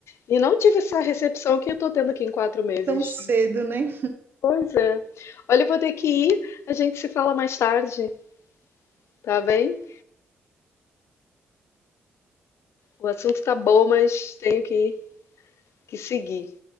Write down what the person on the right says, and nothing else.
Tão cedo, né?